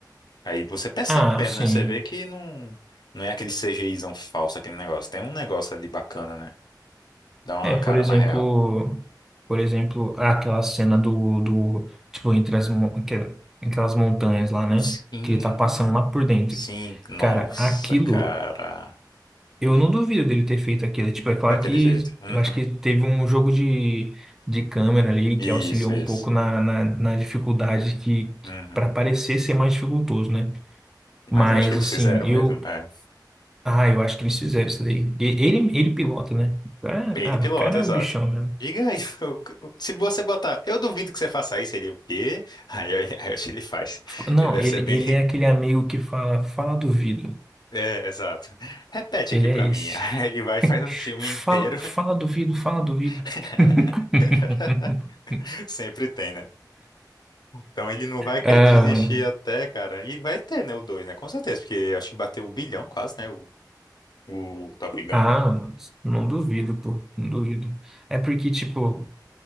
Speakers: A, on the left; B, in the centre.
A: Aí você percebe
B: Ah,
A: mesmo,
B: sim.
A: né? Você vê que não, não é aquele CGIzão falso, aquele negócio. Tem um negócio ali bacana, né? Dá uma
B: É,
A: cara
B: por exemplo,
A: mais real.
B: por exemplo, aquela cena do, do tipo, entre as, mon- aquela- aquelas montanhas lá, né?
A: Sim.
B: Que ele tá passando lá por dentro.
A: Sim, nossa,
B: Cara, aquilo,
A: cara.
B: eu não duvido dele ter feito aquilo. Tipo, é claro
A: Daquele
B: que
A: jeito. Uhum.
B: eu acho que teve um jogo de, de câmera ali
A: Isso,
B: que auxiliou
A: isso.
B: um pouco na, na, na dificuldade que,
A: Uhum.
B: para parecer ser mais dificultoso, né? Mas,
A: Mas acho que eles
B: assim,
A: fizeram
B: eu
A: mesmo. É.
B: Ah, eu acho que eles fizeram isso daí. E- Ele, ele pilota, né? Ah,
A: Ele pilota,
B: ah, o cara é
A: exato.
B: o bichão mesmo.
A: Diga aí, <laughs> se você botar, eu duvido que você faça isso, ele é o quê? Aí, aí, aí acho que ele faz.
B: Não,
A: Ele deve
B: ele,
A: ser bem.
B: ele
A: <laughs>
B: é aquele amigo que fala, fala duvido.
A: É, exato. Repete
B: Ele
A: aqui pra
B: é esse.
A: mim. <laughs> Aí ele vai e faz
B: <laughs>
A: um filme
B: Fala,
A: inteiro.
B: fala duvido, fala duvido.
A: <laughs>
B: <laughs>
A: Sempre tem, né? Então ele não vai desistir
B: Ah, mano.
A: até, cara. E vai ter, né, o 2, né? Com certeza, porque eu acho que bateu o bilhão quase, né? O, o Top Gun.
B: Ah, mano, não duvido, pô, não duvido. É porque, tipo,